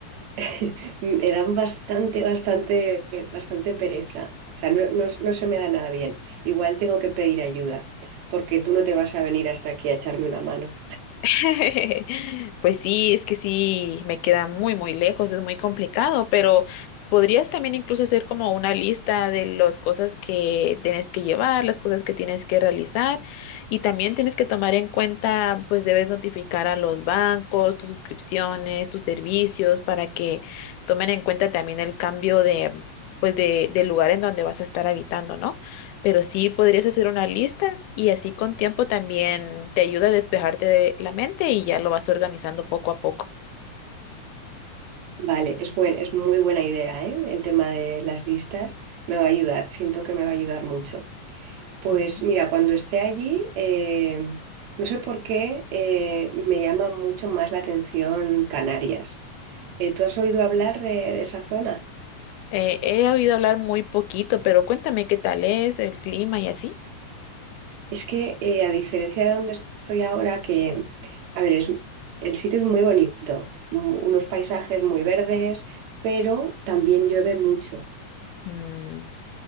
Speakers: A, on the right (about 70°); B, on the left (about 85°).
A: <laughs> Me dan bastante, bastante, bastante pereza. O sea, no, no, no se me da nada bien. Igual tengo que pedir ayuda, porque tú no te vas a venir hasta aquí a echarme una mano.
B: <laughs> Pues sí, es que sí, me queda muy, muy lejos, es muy complicado, pero podrías también incluso hacer como una lista de las cosas que tienes que llevar, las cosas que tienes que realizar y también tienes que tomar en cuenta, pues debes notificar a los bancos, tus suscripciones, tus servicios para que tomen en cuenta también el cambio de, pues de, del lugar en donde vas a estar habitando, ¿no? Pero sí podrías hacer una lista y así con tiempo también te ayuda a despejarte de la mente y ya lo vas organizando poco a poco.
A: Vale, es buen- es muy buena idea, ¿eh? El tema de las listas me va a ayudar, siento que me va a ayudar mucho. Pues
B: Ujú.
A: mira, cuando esté allí, eh, no sé por qué eh, me llama mucho más la atención Canarias. Eh, ¿tú has oído hablar de, de esa zona?
B: Eh, he oído hablar muy poquito, pero cuéntame qué tal es el clima y así.
A: Es que eh, a diferencia de donde estoy ahora, que, a ver, es- el sitio es muy bonito, mm, unos paisajes muy verdes, pero también llueve mucho.
B: Mm,